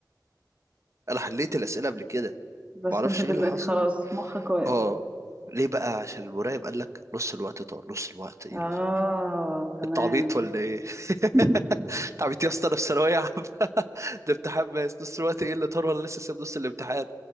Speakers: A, on the right (about 40°); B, on the right (about 15°).
A: انا حليت الاسئله قبل كده
B: بس
A: معرفش
B: انت دلوقتي
A: ايه اللي حصل
B: خلاص مخك واقف
A: اه ليه بقى عشان المراقب قال لك نص الوقت طار نص الوقت ايه
B: اه
A: اللي طار
B: تمام
A: التعبيط ولا ايه
B: <laughs>
A: <laughs> تعبيط يا اسطى انا في ثانويه عامه <laughs> ده امتحان ماس نص الوقت ايه اللي طار ولا لسه ساب نص الامتحان